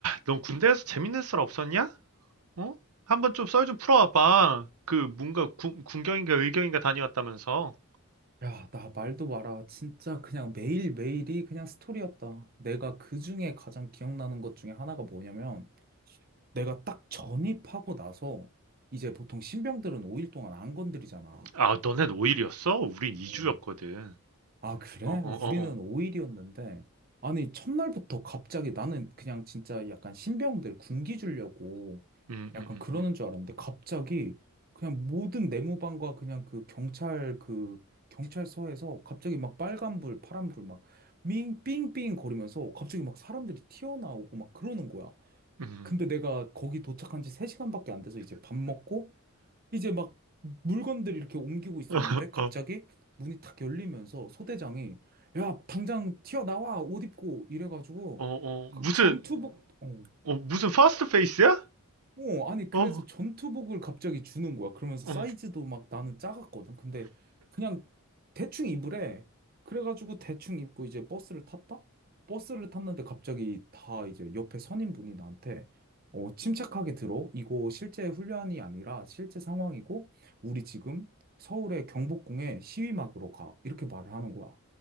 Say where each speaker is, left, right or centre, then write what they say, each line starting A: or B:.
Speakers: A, on the right (about 85°); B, on the right (about 40°).
A: 넌 군대에서 재밌는 썰 없었냐? 어? 한번 좀 썰 좀 풀어와봐. 그 뭔가 군, 군경인가 의경인가 다녀왔다면서.
B: 야, 나 말도 마라. 진짜 그냥 매일매일이 그냥 스토리였다. 내가 그 중에 가장 기억나는 것 중에 하나가 뭐냐면, 내가 딱 전입하고 나서, 이제 보통 신병들은 5일 동안 안 건드리잖아.
A: 아, 너네 5일이었어? 우린 2주였거든.
B: 어. 아, 그래?
A: 어, 어, 어,
B: 우리는
A: 어.
B: 5일이었는데. 아니, 첫날부터 갑자기 나는 그냥 진짜 약간 신병들 군기 주려고
A: 음,
B: 약간
A: 음, 음,
B: 그러는
A: 음.
B: 줄 알았는데 갑자기 그냥 모든 내무반과 그냥 그 경찰 그 경찰서에서 갑자기 막 빨간불, 파란불 막 삥삥삥 거리면서 갑자기 막 사람들이 튀어나오고 막 그러는 거야.
A: 음.
B: 근데 내가 거기 도착한 지 3시간밖에 안 돼서 이제 밥 먹고 이제 막 물건들 이렇게 옮기고 있었는데
A: <laughs>
B: 갑자기
A: 어,
B: 문이 탁 열리면서 소대장이 야, 당장 튀어나와! 옷 입고! 이래가지고
A: 어, 어.
B: 그
A: 무슨,
B: 전투복, 어,
A: 어, 무슨 퍼스트 페이스야?
B: 어, 아니, 그래서
A: 어,
B: 전투복을 갑자기 주는 거야. 그러면서
A: 어,
B: 사이즈도 막 나는 작았거든. 근데 그냥 대충 입으래. 그래가지고 대충 입고 이제 버스를 탔다? 버스를 탔는데 갑자기 다 이제 옆에 선임분이 나한테 어, 침착하게 들어. 이거 실제 훈련이 아니라 실제 상황이고, 우리 지금 서울의 경복궁에 시위 막으로 가. 이렇게 말을 하는 거야.